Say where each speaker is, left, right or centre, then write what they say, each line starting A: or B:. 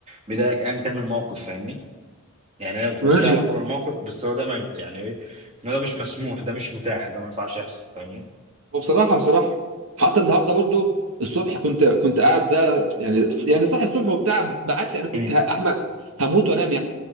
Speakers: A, on the right (about 30°); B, on the right (about 75°).
A: بيضايقك ايا كان من الموقف فاهمني يعني هي ما بتبقاش
B: ماشي
A: ليها علاقه بالموقف بس هو ده ما يعني ايه إن ده مش مسموح ده مش متاح ده ما ينفعش يحصل فاهمني
B: وبصراحه
A: بس
B: بصراحه حتى النهارده برضو الصبح كنت كنت قاعد ده يعني يعني صاحي الصبح وبتاع بعت لي انا كنت
A: مم.
B: ه- احمد هموت وانام يعني